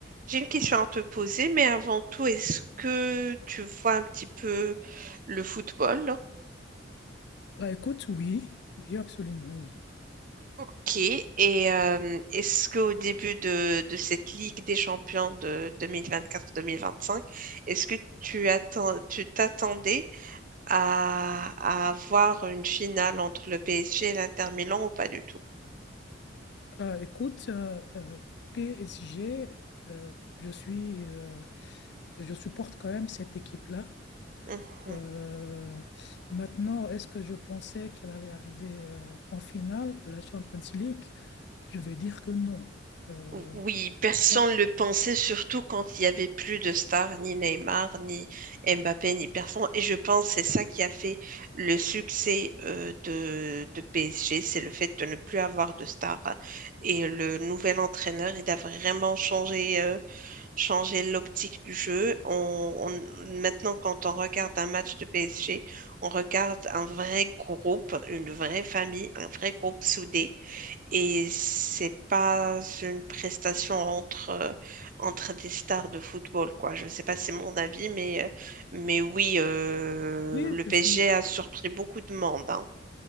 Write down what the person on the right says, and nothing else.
J'ai une question à te poser, mais avant tout, est-ce que tu vois un petit peu le football?
Ok. Et euh, est-ce qu'au début de, de cette Ligue des champions de 2024-2025, est-ce que tu attends, tu t'attendais à, à avoir une finale entre le PSG et l'Inter Milan ou pas du tout?
Mhm.
Oui, personne
ne le pensait, surtout quand il n'y avait plus de stars, ni Neymar, ni Mbappé,
ni personne. Et je pense que c'est ça qui a fait le succès euh, de, de PSG, c'est le fait de ne plus avoir de stars. Et le nouvel entraîneur, il a vraiment changé euh, changer l'optique du jeu. On, on- maintenant, quand on regarde un match de PSG, on regarde un vrai groupe, une vraie famille, un vrai groupe soudé. Et c'est pas une prestation entre, euh, entre des stars de football, quoi. Je ne sais pas, si c'est mon avis, mais, euh, mais oui, euh,
le
PSG
a surpris beaucoup de monde, hein.